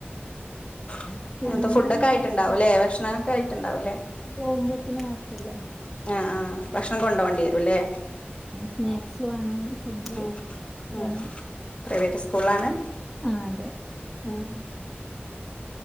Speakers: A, on the left; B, in the centre.
A: ഉം
B: പിന്നെ
A: എന്താ ഫുഡൊക്കെ ആയിട്ടുണ്ടാവൂല്ലേ
B: പിന്നെ
A: ഭക്ഷണൊക്കെ ആയിട്ടുണ്ടാവൂലേ
B: പോകുമ്പോത്തിന് ആക്കുവല്ലോ
A: ആഹ് ആഹ് ഭക്ഷണം കൊണ്ടു പോകേണ്ടി വരും അല്ലേ
B: സ്നാക്സ് വേണം ഫുഡ്
A: ആഹ് അഹ്
B: വേണം
A: പ്രൈവറ്റ് സ്കൂളാണ്
B: ആഹ് അതെ
A: ഉം